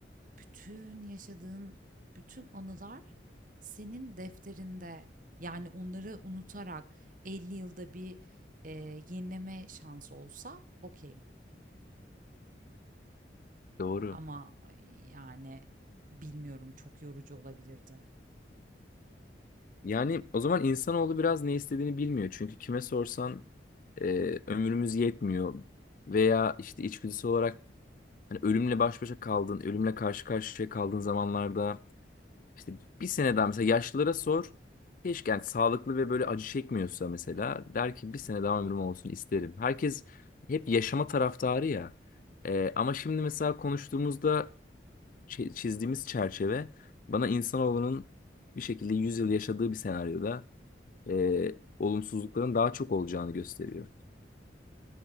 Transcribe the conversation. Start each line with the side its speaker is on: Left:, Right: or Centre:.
Right: bütün yaşadığın bütün anılar senin defterinde. Yani onları unutarak 50 yılda bir e, yenileme şansı olsa okey.
Left: Doğru.
Right: Ama yani bilmiyorum çok yorucu olabilirdi.
Left: Yani o zaman insanoğlu biraz ne istediğini bilmiyor. Çünkü kime sorsan e, ömrümüz yetmiyor veya işte içgüdüsel olarak hani ölümle baş başa kaldın, ölümle karşı karşıya kaldığın zamanlarda İşte bir sene daha mesela yaşlılara sor. Keşke yani sağlıklı ve böyle acı çekmiyorsa mesela der ki bir sene daha ömrüm olsun isterim. Herkes hep yaşama taraftarı ya. Ee, ama şimdi mesela konuştuğumuzda çi- çizdiğimiz çerçeve bana insanoğlunun bir şekilde 100 yıl yaşadığı bir senaryoda e, olumsuzlukların daha çok olacağını gösteriyor.